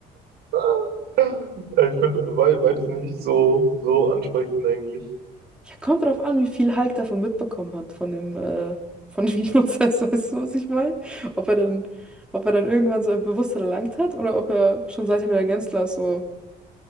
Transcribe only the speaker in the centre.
Ja, kommt drauf an, wie viel Hulk davon mitbekommen hat, von dem, äh, von dem <laughs> Prozess, weißt du, was ich meine? Ob er dann, ob er dann irgendwann so ein Bewusstsein erlangt hat oder ob er schon seitdem er Gänzler so,